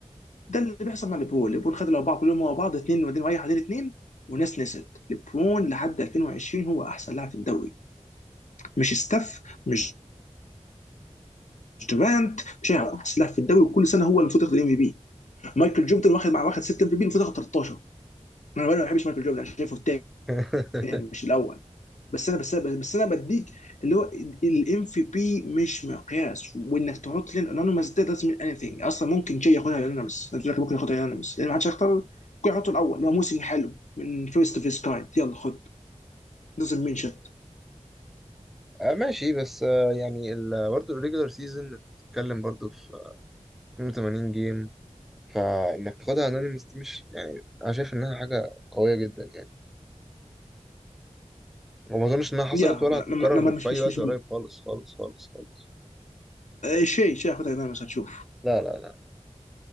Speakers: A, on the left; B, in the centre.
A: ده اللي بيحصل مع ليبرون ليبرون خد الاربعه كلهم ورا بعض اثنين وبعدين رايح بعدين اثنين والناس نسيت ليبرون لحد 2020 هو احسن لاعب في الدوري مش ستاف مش دورانت شايع احسن لاعب في الدوري وكل سنه هو اللي المفروض ياخد الام في بي مايكل جوردن واخد مع واخد 6 ام في بي المفروض ياخد 13 انا ما بحبش مايكل جوردن انا شايفه الثاني
B: <laughs>
A: يعني مش الاول بس انا بس أنا بس انا بديك اللي هو الام في بي مش مقياس وانك تحط لين انونيمس ده doesn't mean anything اصلا ممكن شيء ياخدها انونيمس ممكن ياخدها انونيمس لان ما حدش هيختار ممكن يحطه الاول اللي هو موسم حلو من فيرست اوف هيز كايند يلا خد doesn't mean shit
B: آه ماشي بس آه يعني ال- برضه الريجولار سيزون بتتكلم برضه في 82 جيم فانك تاخدها انونيمس دي مش يعني انا شايف انها حاجه قويه جدا يعني وما اظنش انها حصلت
A: يا
B: ولا
A: ما
B: هتتكرر
A: ما ما- ما- مش
B: في اي
A: مش
B: وقت
A: مش
B: قريب خالص خالص خالص خالص
A: شيء شيء هياخدها انونيمس هتشوف
B: لا لا لا